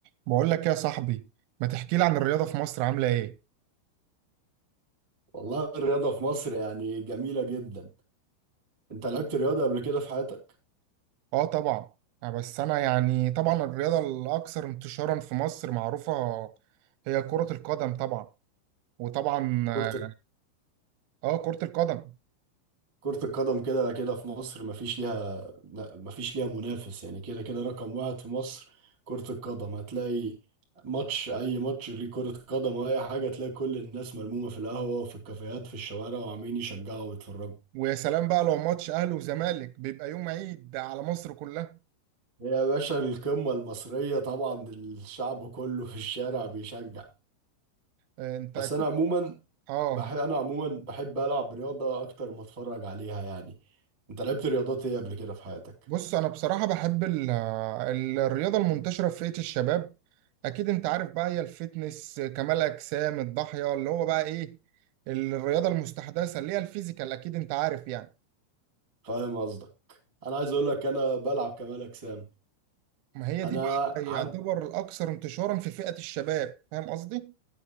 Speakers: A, on the right (about 85°); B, on the right (about 35°).
A: بقول لك يا صاحبي ما تحكي لي عن الرياضة في مصر عاملة ايه؟
B: والله الرياضة في مصر يعني جميلة جدا انت لعبت رياضة قبل كده في حياتك
A: اه طبعا آه بس انا يعني طبعا الرياضة الاكثر انتشارا في مصر معروفة هي كرة القدم طبعا وطبعا
B: كرة
A: اه آه، كرة القدم
B: كرة القدم كده كده في مصر مفيش ليها لا، مفيش ليها منافس يعني كده كده رقم واحد في مصر كرة القدم هتلاقي ماتش أي ماتش ليه كرة قدم أو أي حاجة تلاقي كل الناس ملمومة في القهوة وفي الكافيهات في الشوارع وعمالين يشجعوا ويتفرجوا
A: ويا سلام بقى لو ماتش اهلي وزمالك بيبقى يوم عيد على مصر كلها
B: هي يا باشا القمة المصرية طبعا الشعب كله في الشارع بيشجع
A: آه، انت
B: بس
A: اكيد
B: انا عموما
A: اه
B: بحب انا عموما بحب العب رياضه اكتر ما اتفرج عليها يعني انت لعبت رياضات ايه قبل كده في حياتك
A: بص انا بصراحه بحب ال- ال- الرياضه المنتشره في فئه الشباب اكيد انت عارف بقى هي الفتنس كمال اجسام الضاحيه اللي هو بقى ايه الرياضه المستحدثه اللي هي الفيزيكال اكيد انت عارف يعني
B: فاهم قصدك انا عايز اقول لك انا بلعب كمال اجسام
A: ما هي
B: انا
A: دي بقى
B: عن...
A: يعتبر الاكثر انتشارا في فئه الشباب فاهم قصدي